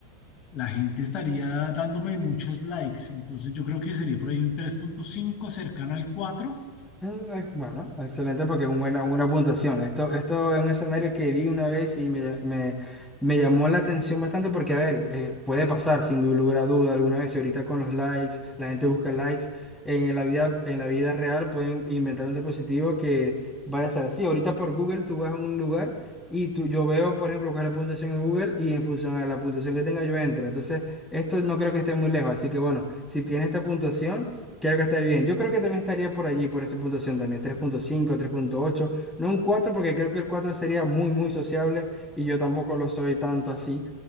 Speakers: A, on the left (about 45°); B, in the centre.
A: la gente estaría dándome muchos likes. Entonces yo creo que sería por ahí un tres punto cinco cercano al 4.
B: Mm, eh, Bueno, excelente porque es una buena, una puntuación. Esto, esto es un escenario que vi una vez y me, me- me llamó la atención bastante porque, a ver, eh, puede pasar sin du- lugar a duda alguna vez. Y ahorita con los likes, la gente busca likes. En la vida, en la vida real pueden inventar un dispositivo que vaya a ser así. Ahorita por Google tú vas a un lugar y tú, yo veo, por ejemplo, cuál es la puntuación en Google y en función a la puntuación que tenga yo entro. Entonces, esto no creo que esté muy lejos. Así que bueno, si tienes esta puntuación... Quiero gastar bien. Yo creo que también estaría por allí, por esa puntuación también. tres tres punto cinco, tres punto ocho, No un cuatro porque creo que el 4 sería muy, muy sociable y yo tampoco lo soy tanto así.